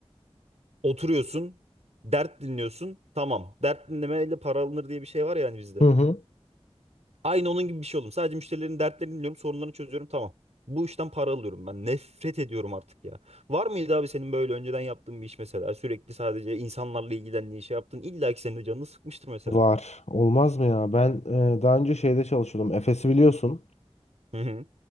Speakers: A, on the right; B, on the left.
A: Oturuyorsun, dert dinliyorsun. Tamam. Dert dinlemeyle para alınır diye bir şey var ya hani bizde.
B: Hı hı.
A: Aynı onun gibi bir şey oldum. Sadece müşterilerin dertlerini dinliyorum, sorunlarını çözüyorum. Tamam. Bu işten para alıyorum ben. Nefret ediyorum artık ya. Var mıydı abi senin böyle önceden yaptığın bir iş mesela? Sürekli sadece insanlarla ilgilendiğin şey yaptın. İlla ki senin de canını sıkmıştır mesela.
B: Var. Olmaz mı ya? Ben e, daha önce şeyde çalışıyordum. Efes'i biliyorsun.
A: Hı hı.